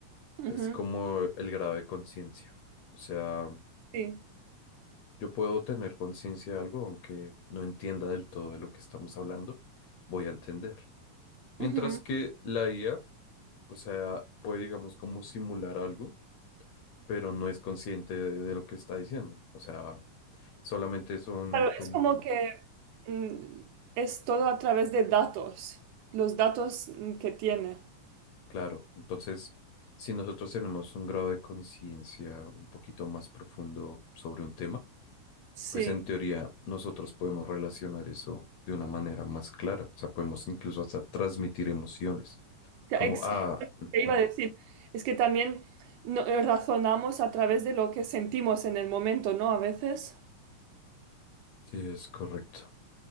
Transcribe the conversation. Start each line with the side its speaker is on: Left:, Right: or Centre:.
Right: Ujú,
Left: es como el grado de conciencia. O sea,
Right: sí.
Left: yo puedo tener conciencia de algo, aunque no entienda del todo de lo que estamos hablando, voy a entender. Mientras
Right: Ujú.
Left: que la IA, o sea, puede, digamos, como simular algo, pero no es consciente de, de lo que está diciendo. O sea, solamente son
Right: Claro,
Left: como...
Right: es como que mm, es todo a través de datos, los datos mm, que tiene.
Left: Claro, entonces, si nosotros tenemos un grado de conciencia un poquito más profundo sobre un tema,
Right: Sí,
Left: pues en teoría nosotros podemos relacionar eso de una manera más clara, o sea, podemos incluso hasta transmitir emociones,
Right: Que
Left: como,
Right: ex-
Left: ah,
Right: te
Left: mm,
Right: iba
Left: mm,
Right: a decir, es que también no- eh, razonamos a través de lo que sentimos en el momento, ¿no? A veces,
Left: sí, es correcto.